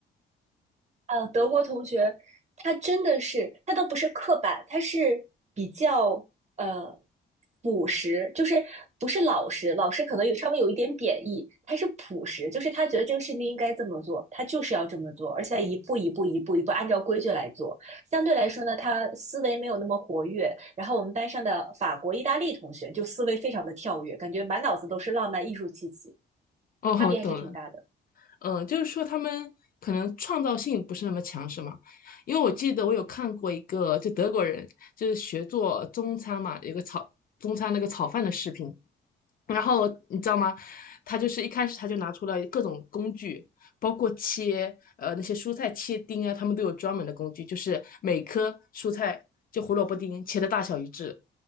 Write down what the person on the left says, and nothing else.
哦，
懂了。嗯，就是说他们可能创造性不是那么强，是吗？因为我记得我有看过一个，就德国人就是学做中餐嘛，有个炒中餐那个炒饭的视频，然后你知道吗？他就是一开始他就拿出了各种工具，包括切呃那些蔬菜切丁啊，他们都有专门的工具，就是每颗蔬菜就胡萝卜丁切的大小一致，